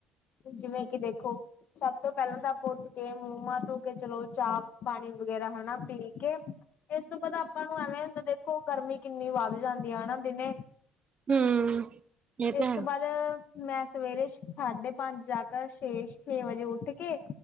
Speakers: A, on the left; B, on the right.
A: ਜਿਵੇਂ ਕਿ ਦੇਖੋ ਸਭ ਤੋਂ ਪਹਿਲਾਂ ਤਾਂ ਆਪਾਂ ਉੱਠ ਕੇ ਮੂੰਹਮਾਂ ਤੋਂ ਕੇ ਚਲੋ ਚਾਹ ਪਾਣੀ ਵਗੈਰਾ ਹਨਾ ਪੀ ਕੇ ਇਸ ਤੋਂ ਬਾਅਦ ਆਪਾਂ ਨੂੰ ਐਵੇਂ ਹੁੰਦਾ ਦੇਖੋ ਗਰ ਕਿੰਨੀ ਵੱਧ ਜਾਂਦੀ ਆ ਨਾ ਦਿਨੇ
B: ਹੂੰ। ਇਹ ਤਾਂ
A: ਇਸ ਤੋਂ
B: ਹੈ,
A: ਬਾਅਦ ਮੈਂ ਸਵੇਰੇ ਸਾਢੇ ਪੰਜ ਜਾ ਕਰ ਛੇ ਛੇ ਵਜੇ ਉੱਠ ਕੇ